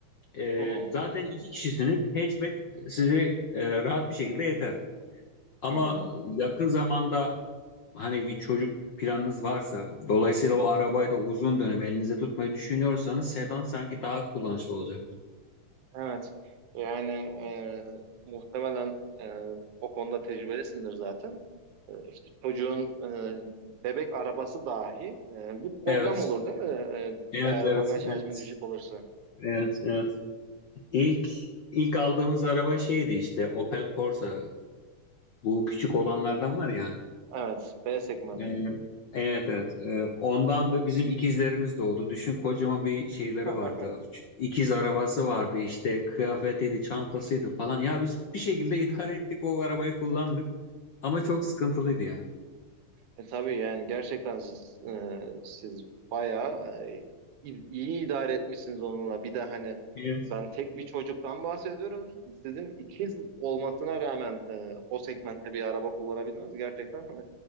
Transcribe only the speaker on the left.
E,
zaten iki kişisiniz. Hatchback sizi e, rahat bir şekilde yeter. Ama
yakın zamanda hani bir çocuk planınız varsa, dolayısıyla o arabayı da uzun dönem elinizde tutmayı düşünüyorsanız sedan sanki daha kullanışlı olacaktır.
Evet,
evet,
evet,
evet,
evet, evet. İlk ilk aldığımız araba şeydi işte Opel Corsa. Bu küçük olanlardan
var ya.
Ee, evet evet. Ee, ondan da bizim ikizlerimiz doğdu. Düşün kocaman bir şeyleri
vardı. İkiz arabası vardı işte kıyafetiydi, çantasıydı falan. Ya biz bir şekilde idare ettik o arabayı kullandık. Ama çok sıkıntılıydı ya.
Evet.